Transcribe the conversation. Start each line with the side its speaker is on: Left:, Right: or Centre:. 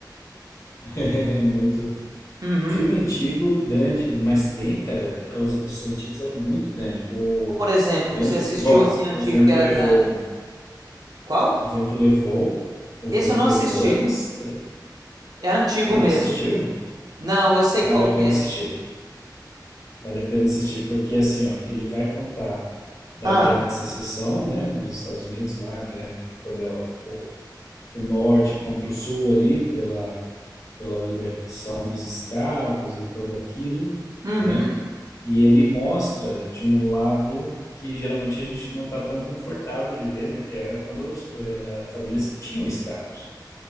Left: <laughs> é muito.
Right: Uhum.
Left: Filme antigo, grande, mas tem, cara. é, Os, os antigos eram muito grandes. O,
Right: por exemplo,
Left: o vento.
Right: que você assistiu
Left: é Bom,
Right: assim antigo
Left: o vento
Right: que era
Left: levou,
Right: grande?
Left: né?
Right: Qual?
Left: O vento levou. O vento
Right: Esse eu não
Left: levou
Right: assisti.
Left: é umas três.
Right: É antigo
Left: Você não
Right: mesmo.
Left: assistiu?
Right: Não, eu sei
Left: Vale
Right: qual que
Left: a pena
Right: é.
Left: assistir. Vale a pena assistir, porque assim, ó, ele vai contar da
Right: Ah,
Left: Guerra de Secessão, né? Dos Estados Unidos lá, a guerra, quando é o, o norte contra o sul ali, pela pela libertação dos escravos e tudo aquilo,
Right: Uhum.
Left: né? E ele mostra de um lado que geralmente a gente não está tão confortável de ver, né? Que é quando era famílias que tinham escravos,